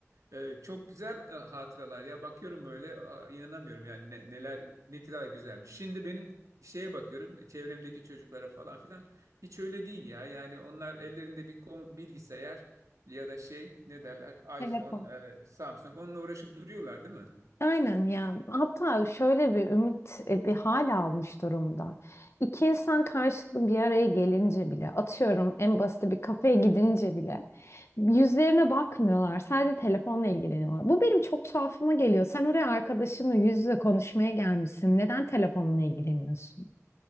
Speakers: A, on the right; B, on the left.
A: Ee, çok güzel e, hatıralar ya. Bakıyorum böyle a, inanamıyorum yani ne- neler ne kadar güzelmiş. Şimdi benim şeye bakıyorum e, çevremdeki çocuklara falan filan hiç öyle değil ya. Yani onlar ellerinde bir kom- bilgisayar ya da şey ne derler
B: Telefon.
A: iPhone, e, Samsung onunla uğraşıp duruyorlar değil mi?
B: Aynen ya. Hatta şöyle bir ümit e, bir hal almış durumda. İki insan karşılıklı bir araya gelince bile, atıyorum en basit bir kafeye gidince bile yüzlerine bakmıyorlar. Sadece telefonla ilgileniyorlar. Bu benim çok tuhafıma geliyor. Sen oraya arkadaşınla yüz yüze konuşmaya gelmişsin. Neden telefonla ilgileniyorsun?